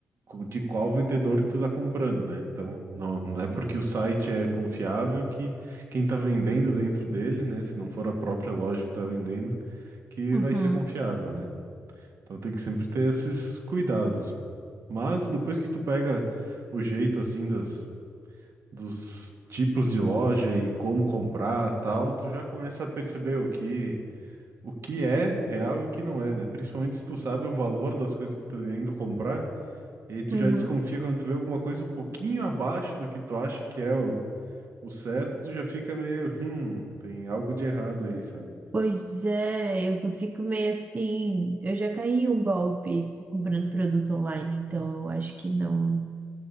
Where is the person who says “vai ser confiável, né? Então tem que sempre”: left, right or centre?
Right